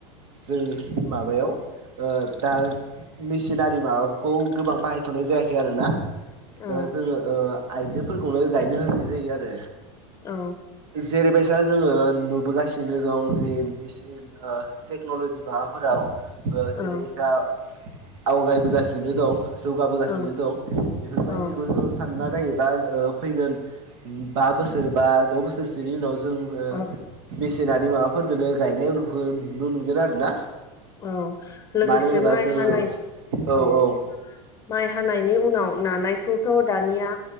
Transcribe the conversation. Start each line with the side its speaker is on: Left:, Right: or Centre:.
Right: जोंनि माबायाव ओ दा मेचिनारि माबाफोरखौ गोबां बाहायथनाय जायाखै आरो ना दा
Left: औ
Right: जोङो ओ आइजोफोरखौनो गायनो होनाय जायो आरो
Left: औ
Right: जेरैबायसा जोङो नुबोगासिनो दं जे मेचिन ओ टेक्नलजि माबाफोराव ओ
Left: औ
Right: जेरैबायसा आवगायबोगासिनो दं। जौगाबोगासिनो
Left: औ
Right: दं बेफोरबाय
Left: औ
Right: जिखौ जों सान ना नायोबा ओ फैगोन बा बोसोर बा द बोसोरसोनि उनाव जोङो ओ
Left: औ
Right: मेचिनारि माबाफोरजोंनो गायनाय उनुखो नुनो मोनगोन आरो ना
Left: औ लोगोसे
Right: मानो होनोबा
Left: माइ
Right: जोङो
Left: हानाय औ माइ हानायनि उनाव नानायखौथ' दानिया